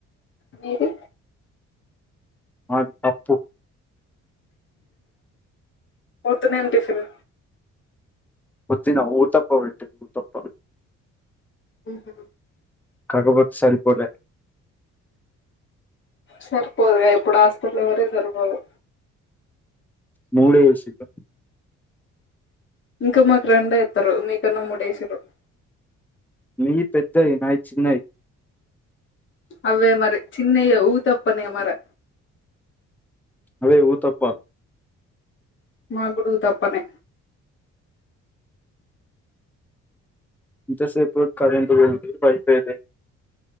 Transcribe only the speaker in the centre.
మాది పప్పు
పొద్దున ఊతప్ప పెట్టినారు. ఊతప్ప
కాకపొతే సరిపోలే
మూడే వేసినారు.
మీవి పెద్దవి. నావి చిన్నవి.
అదే ఊతప్ప
ఇంతసేపు కరెంట్ పోయింది వైఫై లేదు.